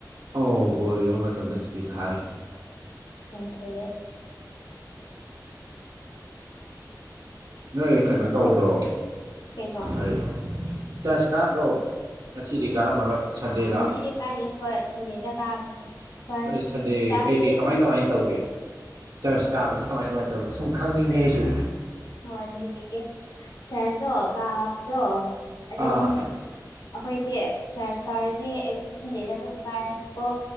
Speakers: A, on the right; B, on the left.
A: ꯑꯧ ꯕꯣꯜ ꯌꯦꯡꯕ ꯃꯇꯝꯗ ꯁꯨꯇꯤ ꯊꯥꯔꯦ
B: ꯌꯥꯝ ꯐꯩꯌꯦ
A: ꯅꯣꯏ ꯀꯩꯅꯣ
B: ꯑꯗꯣ
A: ꯇꯧꯗ꯭ꯔꯣ
B: ꯀꯩꯅꯣ
A: ꯑꯩ ꯆꯔꯆ ꯀꯥꯗ꯭ꯔꯣ ꯉꯁꯤꯗꯤ ꯀꯥꯔꯝꯃꯔꯣꯏ ꯁꯟꯗꯦꯗ
B: ꯉꯁꯤꯗꯤ ꯀꯥꯥꯁꯦꯀꯣꯏ ꯁꯟꯗꯦꯗ ꯀꯥꯕꯅꯦ ꯐꯥꯔꯁ
A: ꯣꯏ ꯁꯟꯗꯦ
B: ꯆꯥꯟꯁꯕꯨꯗꯤ
A: ꯀꯩ ꯀꯩ ꯀꯃꯥꯏ
B: ꯑꯗꯨꯝ
A: ꯀꯃꯥꯏꯅ ꯇꯧꯒꯦ ꯆꯔꯆ ꯀꯥꯕꯁꯤꯦ ꯀꯃꯥꯏ ꯀꯃꯥꯏ ꯇꯧ ꯁꯨꯝꯈꯪꯅꯤꯡꯉꯦꯁꯨ
B: ꯍꯣꯏ ꯂꯤꯕꯤꯒꯦ ꯆꯔꯗꯣ ꯀꯥꯕꯗꯣ ꯑꯗꯨꯝ
A: ꯑꯥ ꯑꯥ
B: ꯑꯩꯈꯣꯏꯗꯤ ꯆꯔꯆ ꯀꯥꯔꯗꯤ ꯑꯦꯚ꯭ꯔꯤ ꯁꯟꯗꯦꯗ ꯑꯗꯨꯝ ꯀꯥꯏꯕꯀꯣ